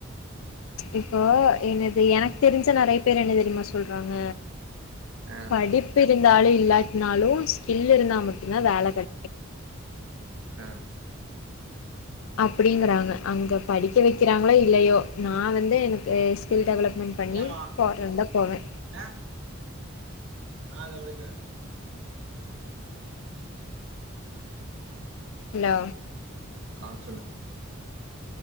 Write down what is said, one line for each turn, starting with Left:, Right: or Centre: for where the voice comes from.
Left: இப்போ என்னது எனக் தெரிஞ்ச நெறைய பேர் என்ன தெரியுமா சொல்றாங்க
Right: ஆ
Left: படிப்பு இருந்தாலும் இல்லாட்னாலும் ஸ்கில் இருந்தா மட்டும்தான் வேல கடைக்
Right: ஆ
Left: அப்படிங்கிறாங்க அவுங்க படிக்க வைக்கிறாங்களோ இல்லையோ நான் வந்து எனக்கு ஸ்கில் டெவலப் மெண்ட் பண்ணி
Right: ஏமா
Left: போற இருந்தா போவ
Right: ஆ ஆ படிக்க <inaudible>
Left: ஹலோ
Right: ஆ சொல்லு